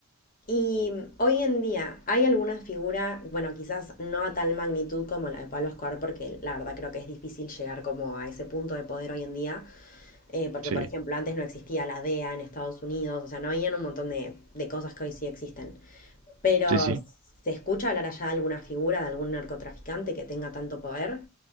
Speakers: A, on the left; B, on the right.
A: Y mm, hoy en día, ¿hay alguna figura, bueno, quizás no a tal magnitud como la de Pablo Escobar, porque la verdad creo que es difícil llegar como a ese punto de poder hoy en día, eh, porque
B: Sí,
A: por ejemplo antes no existía la DEA en Estados Unidos, o sea, no habían un montón de, de cosas que hoy sí existen. Pero,
B: sí, sí.
A: ¿se escucha hablar allá de alguna figura, de algún narcotraficante que tenga tanto poder?